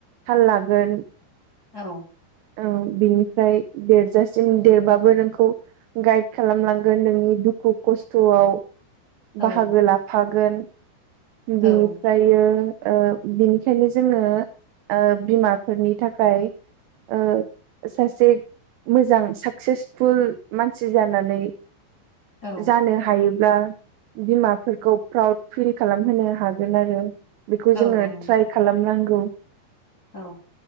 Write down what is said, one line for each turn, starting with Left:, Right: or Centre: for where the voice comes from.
Right: थाल लागोन
Left: औ
Right: औ बिनिफ्राय देरजासिम देरबाबो नोंखौ गाइद खालामलांगोन नोंनि दुखु खस्थ'आव
Left: औ
Right: बाहागो लाफागोन बिनिफ्राय
Left: औ
Right: बियो ओ बिनिखायनो जोङो ओ बिमाफोरनि थाखाय ओ सासे मोजां साकसेसफुल मानसि जानानै
Left: औ
Right: जानो हायो ब्ला बिमाफोरखौ प्राउड फिल खालामहोनो हागोन आरो बेखौ जोङो
Left: औ नंगौ
Right: ट्राइ खालामनांगौ।
Left: औ